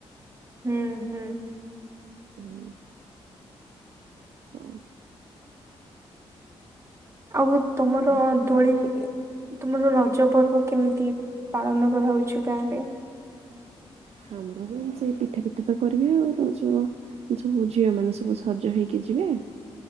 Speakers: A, on the right (about 25°); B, on the right (about 60°).
A: ହୁଁ ହୁଁ।
B: ହୁଁ। ହଉ
A: ଆଉ ତମର
B: ଆଉ
A: ଦୋଳି ତୁମର ରଜ ପର୍ବ କେମିତି ପାଳନ କରାହେଉଛି ଗାଁରେ।
B: ଆମର କ ସେ ପିଠାପିଠା ତ କରିବେ ଆଉ <unintelligible> ସବୁ ଝିଅମାନେ ସବୁ ସଜ ହେଇକି ଯିବେ।